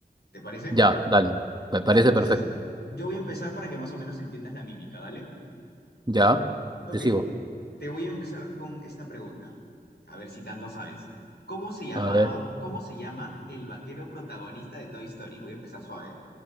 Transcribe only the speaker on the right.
Ya, dale. Me
parece
perfecto.
Ya,
te sigo.
A ver.